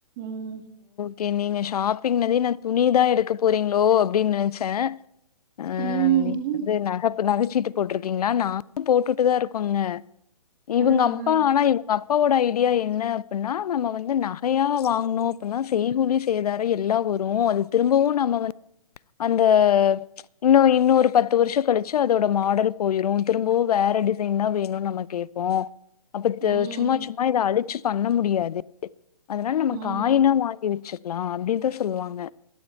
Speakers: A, on the right; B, on the left.
A: ம்
B: கே நீங்க ஷாப்பிங்னத நா துணிதா எடுக்க போறீங்களோ அப்டின்னு நெனச்சே அ
A: ம்.
B: நீங்க வந்து நகப் நகச்சீட்டு போட்டுருக்கீங்களா நானு போட்டுட்டுதா இருக்கோங்க இவங்க
A: அ,
B: அப்பா
A: அ.
B: ஆனா இவங்கப் அப்பாவோட ஐடியா என்ன அப்ன்னா நம்ம வந்து நகையா வாங்கனோ அப்பல்லா செய்கூலி சேதாரோ எல்லா வரு அது திரும்பவு நம்ம வந்து அந்த இன்னு இன்னொரு பத்து வருஷ கழிச்சு அதோட மாடல் போயிரும் திரும்பவு வேற டிசைன்தா வேணும்னு நம்ம கேப்போ அப்பத்த
A: ம்
B: சும்மா சும்மா இத அழு ச்சு பண்ண முடியாது அதனால நமக்கு
A: ம்
B: காயினா வாங்கி வச்சிரு ளா அப்டிதா சொல்லுவாங்க